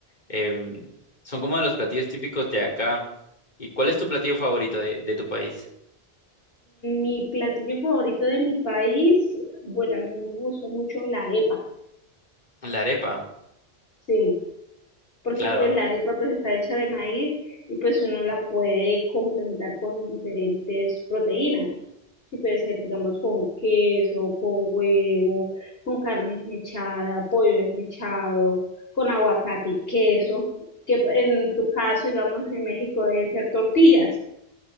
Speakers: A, on the left; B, on the left.
A: em, son como de los platillos típicos de acá. ¿Y cuál es tu platillo favorito de, de tu país?
B: Mi platillo favorito de mi país, bueno, a mí me gusta mucho la arepa.
A: La arepa,
B: Sí, porque
A: claro.
B: pues la arepa pues está hecha de maíz y pues uno la puede complementar con diferentes proteínas. Sí, puede ser, digamos, con queso, con huevo, con carne desmechada, pollo desmechado, con aguacate y queso, que pues, en tu caso, digamos, en México deben ser tortillas,